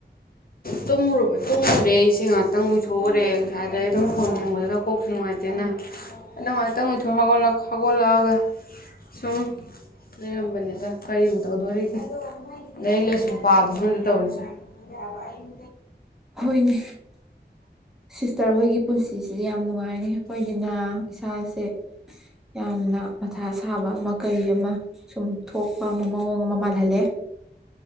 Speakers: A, on the left (about 55°); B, in the centre.
A: ꯇꯨꯝꯃꯨꯔꯕꯣ ꯇꯣꯛ ꯨꯊꯣꯛꯎꯔꯦ ꯑꯩꯁꯦ ꯉꯥꯇꯪ ꯎꯏꯊꯣꯛꯎꯔꯦ ꯉꯁꯥꯏꯗꯩ ꯑꯗꯨꯝ ꯐꯣꯟ ꯌꯦꯡꯕꯗꯨꯗ ꯀꯣꯛꯁꯨ ꯅꯨꯡꯉꯥꯏꯇꯦꯅ ꯑꯗꯣ ꯉꯥꯇꯪ ꯂꯩꯊꯣꯛ ꯍꯧꯒꯠꯂꯛ ꯍꯧꯒꯠꯂꯛꯑꯒꯥ ꯁꯨꯝ ꯂꯩꯔꯝꯕꯅꯤꯗ ꯀꯔꯤꯕꯨ ꯇꯧꯗꯣꯔꯤꯒꯦ ꯂꯥꯏꯔꯤꯛ ꯂꯥꯏꯁꯨ ꯄꯥꯕꯁꯨ ꯅꯠꯇꯦ ꯇꯧꯔꯤꯁꯦ ꯌꯥꯕ ꯑꯍꯤꯡ
B: ꯍꯣꯏꯅꯦ ꯁꯤꯁꯇ꯭ꯔ ꯍꯣꯏꯒꯤ ꯄꯨꯟꯁꯤꯁꯦ ꯌꯥꯝ ꯅꯨꯡꯉꯥꯏꯔꯦ ꯑꯩꯈꯣꯏꯗꯤꯅꯥ ꯏꯁꯥꯁꯦ ꯌꯥꯝꯅ ꯃꯊꯥ ꯁꯥꯕ ꯑꯃ ꯀꯩ ꯑꯃ ꯁꯨꯝ ꯊꯣꯛꯄ ꯑꯃ ꯃꯑꯣꯡ ꯑꯃ ꯃꯥꯜꯍꯜꯂꯦ